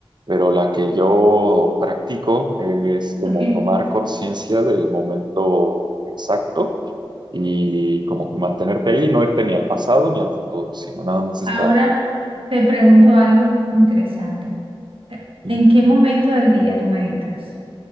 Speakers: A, on the right; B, on the right.
A: pero la que yo practico es como
B: Ok.
A: tomar conciencia del momento exacto. Y como que mantenerte ahí, no irte ni al pasado ni al futuro, sino nada más estar.
B: Ahora te pregunto algo in- interesante.
A: Ujú.
B: ¿En qué momento del día tú meditas?